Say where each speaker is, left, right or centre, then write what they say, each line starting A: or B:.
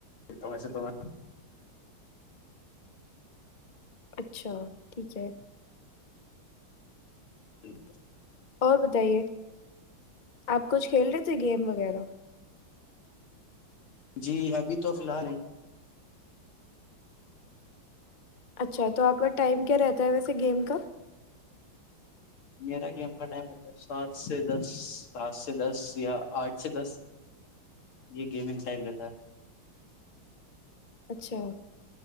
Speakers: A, on the left; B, on the left.
A: توم سے توم
B: اچھا ٹھیک ہے
A: جٹ
B: اور بتائیے آپ کچھ کھیل رہے تھے گیم وغیرہ
A: جی ابھی تو فی الحال نہیں
B: اچھا تو آپ کا ٹائم کیا رہتا ہے ویسے گیم کا
A: میرا گیم کا ٹائم ہوتا ہے سات سے دس سات سے دس یا آٹھ سے دس یہ گیمنگ ٹائم رہتا ہے
B: اچھا